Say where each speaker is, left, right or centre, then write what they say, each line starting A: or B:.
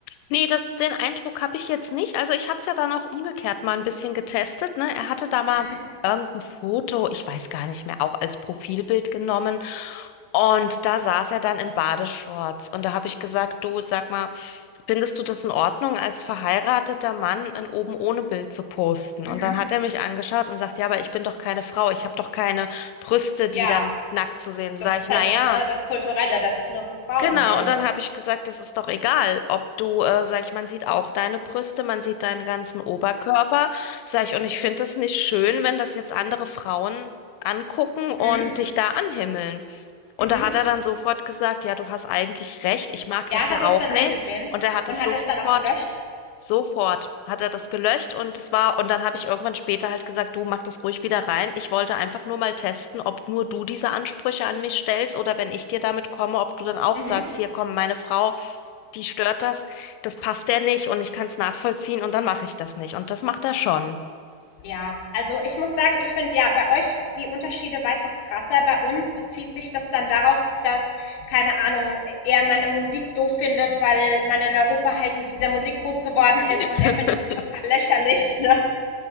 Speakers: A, on the left (about 90°); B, on the left (about 65°).
A: Nee, das, den Eindruck habe ich jetzt nicht. Also ich habe es ja dann auch umgekehrt mal ein bisschen getestet, ne? Er hatte da mal
B: Mhm.
A: irgendein Foto, ich weiß gar nicht mehr, auch als Profilbild genommen. Und da saß er dann in Badeshorts. Und da habe ich gesagt, du, sag mal, findest du das in Ordnung, als verheirateter Mann ein oben ohne Bild zu posten?
B: Mhm.
A: Und dann hat er mich angeschaut und sagt, ja, aber ich bin doch keine Frau, ich habe doch keine Brüste, die
B: Ja,
A: dann nackt zu sehen.
B: das
A: sind. Sag
B: ist
A: ich,
B: halt
A: na ja.
B: ne, das Kulturelle, das ist nur für Frauen
A: Genau,
B: gilt.
A: und dann habe ich gesagt, das ist doch egal, ob du, äh, sag ich, man sieht auch deine Brüste, man sieht deinen ganzen Oberkörper, sag ich, und ich finde es nicht schön, wenn das jetzt andere Frauen angucken und
B: Mhm.
A: dich da anhimmeln. Und
B: Mhm.
A: da hat er dann sofort gesagt, ja, du hast eigentlich recht, ich mag
B: Ja,
A: das ja
B: hat er
A: auch
B: es dann
A: nicht.
B: eingesehen
A: Und er hat
B: und
A: es
B: hat
A: sofort
B: er es dann auch gelöscht?
A: Sofort hat er das gelöscht und es war, und dann habe ich irgendwann später halt gesagt, du mach das ruhig wieder rein. Ich wollte einfach nur mal testen, ob nur du diese Ansprüche an mich stellst oder wenn ich dir damit komme, ob du dann auch
B: Mhm.
A: sagst, hier komm, meine Frau, die stört das, das passt der nicht und ich kann es nachvollziehen und dann mache ich das nicht. Und das macht er schon.
B: Ja, also ich muss sagen, ich finde ja bei euch die Unterschiede weitaus krasser. Bei uns bezieht sich das dann darauf, dass, keine Ahnung, er meine Musik doof findet, weil man in Europa halt mit dieser Musik groß geworden
A: <laughs>
B: ist und er findet das total lächerlich, <laughs> ne?